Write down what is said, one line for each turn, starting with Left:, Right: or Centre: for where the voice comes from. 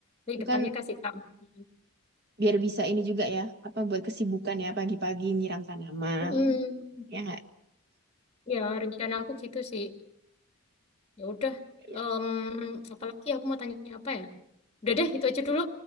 Left: di
Right: itu
Left: depannya
Right: kan
Left: kasih taman.
Right: biar bisa ini juga ya, apa buat kesibukan ya pagi-pagi nyiram tanaman.
Left: Mm,
Right: Ya nggak?
Left: ya rencana aku gitu sih. Ya udah.
Right: Iya.
Left: Em, apalagi aku mau tanya apa ya? Udah deh itu aja dulu.